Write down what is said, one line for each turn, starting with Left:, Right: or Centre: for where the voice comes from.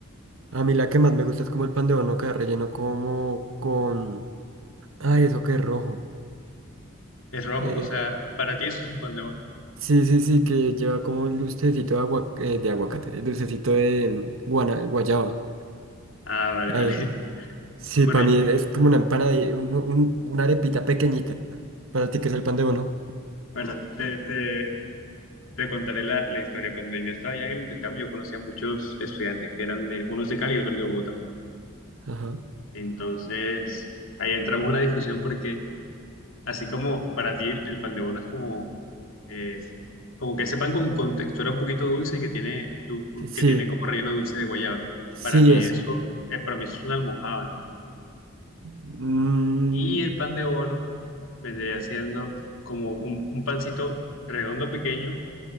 Right: A mí la que más me gusta es como el pan de bono que va relleno como con... Ay, eso que es rojo.
Left: ¿Es rojo?
Right: Eh,
Left: O sea, para ti eso es un pan de bono.
Right: sí, sí, sí, que lleva como un dulcecito de, agua, eh, de aguacate, el dulcecito de mm, guana- guayaba.
Left: Ah, vale,
Right: Eh,
Left: vale.
Right: sí,
Left: <laughs> Bueno,
Right: para
Left: ya.
Right: mí es como una empanadilla, un- un- una arepita pequeñita. Para ti que es el pan de bono.
Left: Bueno, te, te, te contaré la, la historia. Cuando yo estaba allá en el intercambio, yo conocía a muchos estudiantes que eran de, unos de Cali y otros de Bogotá.
Right: Ajá.
Left: Entonces, ahí entramos en una discusión porque Así como para ti el, el pan de bono es como, eh, como que ese pan con, con textura un poquito dulce y que tiene, du-
Right: Sí, sí,
Left: que tiene como relleno dulce de guayaba.
Right: sí,
Left: Para mí
Right: eso.
Left: eso, eh, para mí eso es una almojábana.
Right: Mm,
Left: Y el pan de bono vendría siendo como un, un pancito redondo pequeño